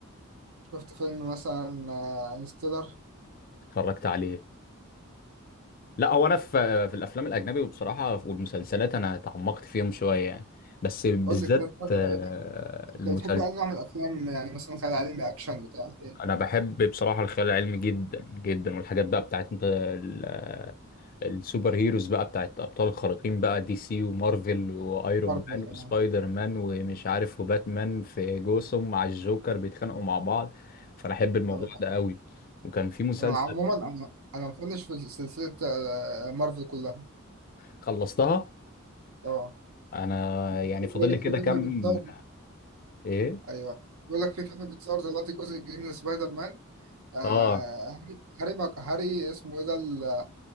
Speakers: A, on the right; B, on the left.
A: شفت فيلم مثلا آه، انستيلر
B: اتفرجت عليه لا هو انا في في الافلام الاجنبي وبصراحه والمسلسلات انا تعمقت فيهم شويه يعني بس بالذات
A: قول لي كده اتفرجت
B: آه،
A: على إيه أنت
B: المسلسل
A: بتحب أي نوع من الأفلام يعني مثلا خيال علمي أكشن بتاع إيه
B: انا بحب بصراحه الخيال العلمي جدا جدا والحاجات بقى بتاعت انت ال- السوبر هيروز بقى بتاعت ابطال الخارقين بقى دي سي ومارفل وايرون
A: مارفل
B: مان
A: يعني
B: وسبايدر مان ومش عارف وباتمان في جوثام مع الجوكر بيتخانقوا مع بعض فانا احب الموضوع
A: طب
B: ده قوي وكان في مسلسل
A: أنا عموما أنا أنا مفنش في سلسلة آه، مارفل كلها
B: خلصتها
A: طبعا
B: انا يعني
A: بيقول
B: فاضل لي
A: لك
B: كده
A: في فيلم
B: كام
A: بيتصور
B: ايه
A: ايوه بيقول لك في فيلم بيتصور دلوقتي الجزء الجديد من سبايدر مان آه
B: اه
A: هاري هاري ماك- هاري اسمه ايه ده ال-